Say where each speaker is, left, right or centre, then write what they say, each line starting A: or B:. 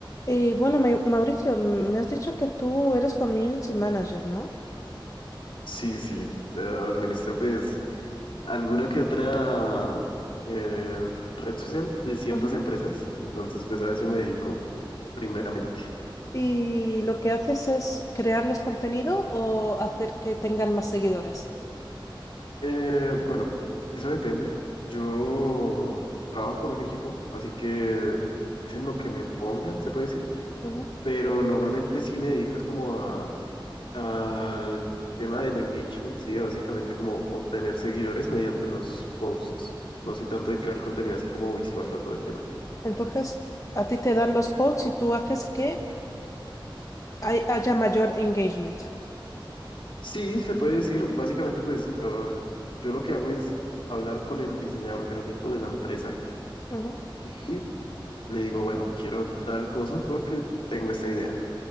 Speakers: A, on the left (about 40°); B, on the left (about 80°).
A: Y bueno, Mau- Mauricio, me has dicho que tú eres community manager, ¿no?
B: Sí, sí, eh, administro pues alguna que otra eh, red social de ciertas
A: Ujú.
B: empresas, entonces pues a eso me dedico primeramente.
A: Y lo que haces es crearles contenido o hacer que tengan más seguidores.
B: Eh, bueno, eso depende. Yo trabajo con un equipo, así que es en lo que me pongan, se puede decir,
A: Ujú.
B: pero normalmente sí me dedico es como a, al tema del engagement, sí, básicamente como obtener seguidores mediante los posts, no soy tanto de crear contenido así como visual o todo el tema.
A: Entonces, a ti te dan los posts y tú haces que hay- haya mayor engagement.
B: Sí, se puede decir. Básicamente, pues uh, yo lo que hago es hablar con el diseñador gráfico de la empresa
A: Ujú.
B: y le digo, bueno, quiero tal cosa porque tengo esta idea.